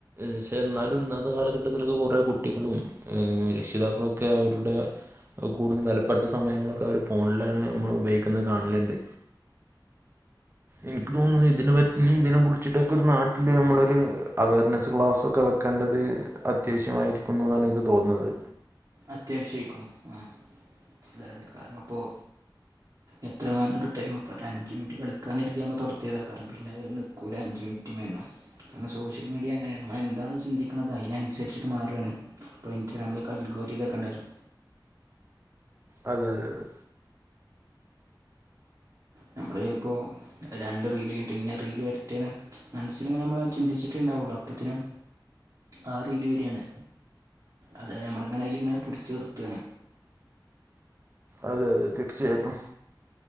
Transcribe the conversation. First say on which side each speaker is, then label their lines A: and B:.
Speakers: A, on the right; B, on the right.
A: ക്ഷേ എന്നാലും ഇന്നത്തെ കാലഘട്ടത്തിലൊക്കെ കുറേ കുട്ടികളും രക്ഷിതാക്കളൊക്കെ അവരുടെ കൂടുതും വെലപ്പെട്ട സമയങ്ങളൊക്കെ അവർ ഫോണിലാണ് നമ്മൾ ഉപയോഗിക്കുന്നത് കാണലുണ്ട് എനിക്ക് തോന്നുന്നു ഇതിനെ പറ്റി ഇതിനെ കുറിച്ചിട്ടൊക്കെ ഒരു നാട്ടില് നമ്മളരു അവെയർനെസ്സ് ക്ലാസ്സ ഒക്കെ വെക്കേണ്ടത് അത്യാവശ്യമായിരിക്കുന്നു എന്നാണ് എനിക്ക് തോന്നുന്നത്
B: അത്യാവശ്യമായിക്കു ആ അത അതെ കാരണം അപ്പോൾ എത്ര <unintelligible> ഒരു ടൈം ഇപ്പോ അഞ്ച് മിനിറ്റ് കളിക്കാത് തൊടാതിയെതേക്കാരം പിന്നെത് നിൽക്കൂല് ഒരു അഞ്ച് മിനിറ്റ് മെന്നു കാരണം സോഷ്യൽ മീഡിയ അങ്ങനെയാണ് നമ്മളെന്താണ് ചിന്തിക്കുന്നത് അതിനനുസരിച്ചിട്ട് മാറാണ് ഇപ്പ ഇൻസ്റ്റഗാമിലൊെൽഗോരി ഇതക്കെ ഉണ്ടല്ലോ
A: അഹ് കേൾക്കണ്ട്
B: നമ്മുടെ ഇപ്പോ രണ്ട് റീൽ <unintelligible> ഇങ്ങനെ റീൽ വരട്ടെന്ന് മനസ്സൽ ഇങ്ങനെ നമ്മൾ ചിന്തിച്ചിട്ടേ ഉണ്ടാവുള്ളൂ അപ്പോ അപ്പോത്തിനും ആഹ് റീൽ വരാണ് അതെ നമ്മള ഇങ്ങനെ അയ്ലിങ്ങനെ പിടിച്ച് നിർത്തണ്
A: അതെ അതെ തീർച്ചയായിട്ടും